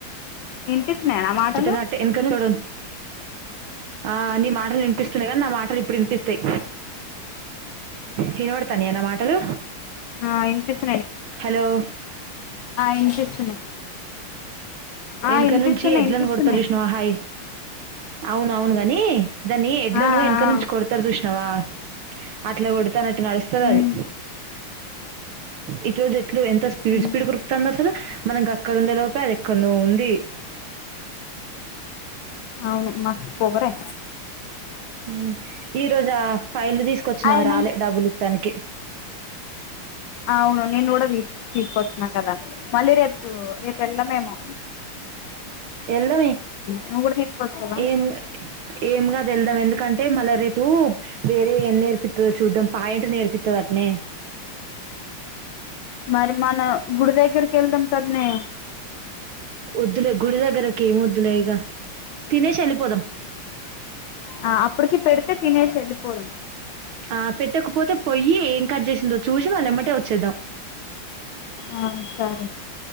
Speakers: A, on the left (about 70°); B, on the right (about 70°).
A: వినిపిస్తున్నాయా నా మాటలు
B: పెట్టినట్టు ఎనకనే చూడు ఆ నీ మాట రే వినిపిస్తున్నాయి కానీ నా మాటలు ఇప్పుడు వినిపిస్తాయి వినపడతన్నాయా నా మాటలు
A: ఆ ఇన్ పీస్
B: హలో
A: వినిపిస్తున్నాయి ఆ
B: ఎనక
A: వినిపిస్తున్నాయి
B: నుంచి ఎడ్లను
A: వినిపిస్తున్నాయి
B: కొడతారు చూసినావా హై అవును అవును గాని దాన్ని ఎడ్లను
A: ఆ
B: ఎనక
A: ఆ
B: నుంచి కొడతారు చూసినావా అట్లా కోడ్ తను అట్ల నడుస్తది అది
A: మ్మ్
B: ఈరోజు ఏట్లో ఎంత స్పీడ్
A: మ్మ్
B: స్పీడ్ ఉరుకుతాంది అసలు మనకి అక్కడ ఉండే లోపే అది ఎక్కడ నో ఉంది
A: అవును మస్త్ పొగరే
B: ఉ ఈరోజా ఫైల్లు తీసుకొచ్చినా
A: అయినా
B: రాలే డబ్బులు ఇత్తానికి
A: అవును నేను కూడా తీస్ తీసుకొచ్చిన కదా మళ్లీ రేపు రేపు ఎల్లమేమో
B: ఎళ్దాం ఏ
A: నువ్వు కూడా తీసుకొస్తావా
B: ఏం ఏం కాదు వెళ్దాం ఎందుకన్ అంటే మళ్ళా రేపు వేరే ఏమి నేర్పిస్తాదో చూద్దాం పాయింట్ నేర్పిస్తా దంటనే
A: మరి మన గుడి దగ్గరికి వెళ్దాం కద నే
B: వద్దులే గుడి దగ్గరకి ఏమి వద్దులే ఇక తినేసి వెళ్లిపోదాం
A: ఆ అప్పుడుకి పెడుతే తినేసి ఏల్లిపోదాం
B: ఆ పెట్టకపోతే పొయ్యి ఏం కట్ చేసిందో చూసి వాళ్ళ ఎమ్మటే వచ్చేద్దాం
A: ఆ సరే